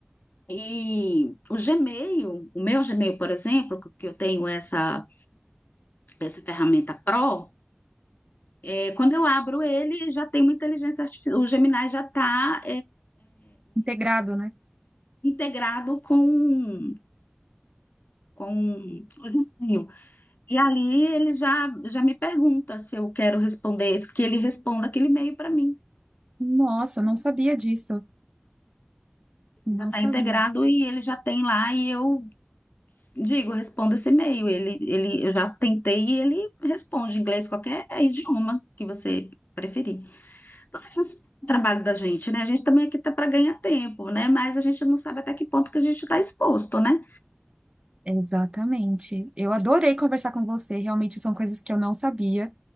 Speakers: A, on the left; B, on the right.
A: E o Gmail, o meu Gmail, por exemplo, que que eu tenho essa, essa ferramenta Pro, é, quando eu abro ele, já tem uma inteligência artificial. O Gemini já está
B: Integrado, né?
A: integrado com, com o Gmail. E ali ele já, já me pergunta se eu quero responder, que ele responda aquele e-mail para mim.
B: Nossa, eu não sabia disso. Não
A: Já está
B: sabia.
A: integrado e ele já tem lá e eu Digo, responda esse e-mail. Ele, ele, eu já tentei e ele responde em inglês, qualquer é idioma que você preferir. Então, você faz o trabalho da gente, né? A gente também aqui tá para ganhar tempo, né? Mas a gente não sabe até que ponto que a gente está exposto, né?
B: Exatamente. Eu adorei conversar com você. Realmente são coisas que eu não sabia